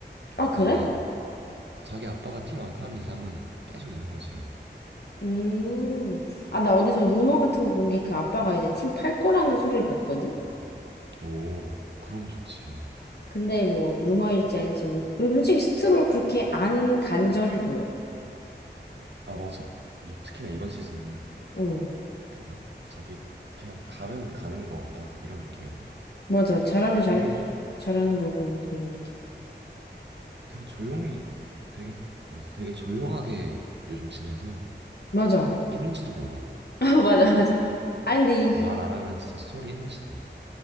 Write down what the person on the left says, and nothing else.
아, 그래?
음. 아, 나 어디서 루머 같은 거 본 게 그 아빠가 이제 팀 팔 거라는 소리를 봤거든?
근데 뭐 루머일지 아닐지 모르 그리고 솔직히 스트롤 그렇게 안 간절해 보여.
응.
맞아. 잘하면 잘,
잘하는 거고, 이런 느낌.
맞아. <laughs>
아, 맞아, 맞아. 아니, 근데 이,